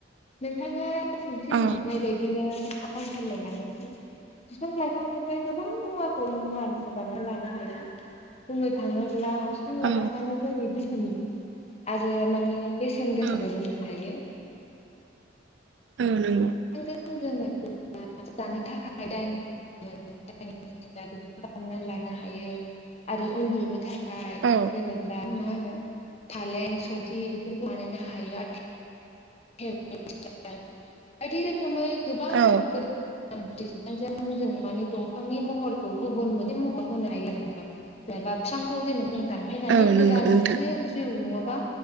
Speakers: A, on the left; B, on the right.
A: नोंथाङा सोंथि
B: औ
A: सोंनाय बायदिनो। आं फोरमायलांनोसै बिफां लाइफांनिफ्राय गोबां मुवाखौ मुवा बेसाद बानायनानै लानो हायो बुंनो थाङोब्ला। बिफां
B: औ
A: लाइफांआनो जोंनि दोहोनि आरो माने बेसेन
B: औ
A: गोसाबो बुंनो हायो।
B: औ नंगौ।
A: बिफां जोङो जानो थाखाय दायनि बे खालामनानै लानो हायो आरो उन्दुनो थाखाय ओमफ्राय
B: औ
A: जेनेब्ला मा होनो फालें सौखि बेफोरखौ बानायनो हायो आरो। <unintelligible> बायदि रोखोमै गोबां
B: औ
A: <unintelligible> जों माने दंफांनि महरखौ गुबुन मोनसे महर होनो हायो आरो नोंथां। जेनेबा बिफांखौ जेनेबा जों दान नानै
B: औ
A: गोदान
B: नंगौ नोंथां
A: मोनसे जिउ नङाबा